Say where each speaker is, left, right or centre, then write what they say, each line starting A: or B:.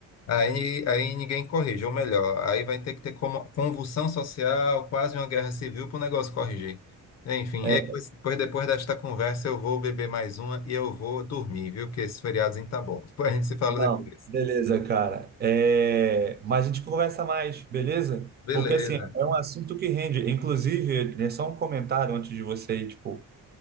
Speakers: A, on the left; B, on the right.
A: Aí, aí ninguém corrige, ou melhor, aí vai ter que ter como- convulsão social, quase uma guerra civil para o negócio corrigir. Enfim,
B: É,
A: e depois, depois depois desta conversa eu vou beber mais uma e eu vou dormir, viu? Que esse feriadozinho tá bom. Depois a gente se fala
B: não,
A: depois.
B: beleza, cara. É, mas a gente conversa mais, beleza?
A: Beleza.
B: Porque, assim, é um assunto que rende. Inclusive, é só um comentário antes de você ir, tipo,